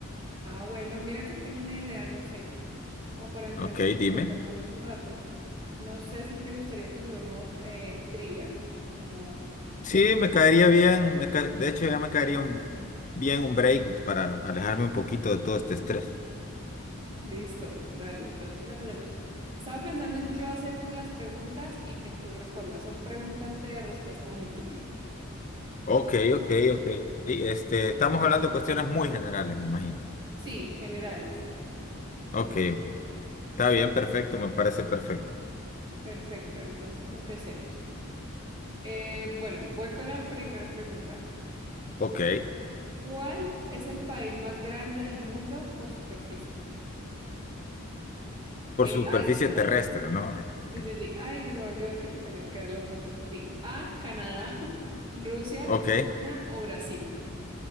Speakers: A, on the right (about 20°); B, on the left (about 35°).
A: Ah, bueno, mira que tengo una idea, no sé, como para entre-
B: Ok, dime.
A: entretenernos un rato. No sé si te gustaría que juguemos eh, trivia, como
B: Sí,
A: preguntas.
B: me caería bien, me ca- de hecho ya me caería un- bien un break para alejarme un poquito de todo este estrés.
A: Listo, dale, entonces empecemos. Estaba pensando en yo hacerte las preguntas y que tú respondas. Son preguntas de respuesta múltiple.
B: Ok, ok, ok. Este, estamos hablando de cuestiones muy generales, me imagino.
A: Sí, generales.
B: Ok, ok. Está bien, perfecto, me parece perfecto.
A: Perfecto, entonces empecemos. Eh, bueno, voy con la primera pregunta.
B: Ok,
A: ¿Cuál es el país más grande del mundo por superficie?
B: por
A: Eh,
B: superficie
A: ay, se me-
B: terrestre, ¿no?
A: sí, sí,
B: <laughs>
A: sí. Ay, se me olvidó que te tenía que dar las respuestas. Sí. A, Canadá, <laughs> Rusia,
B: Ok.
A: China o Brasil.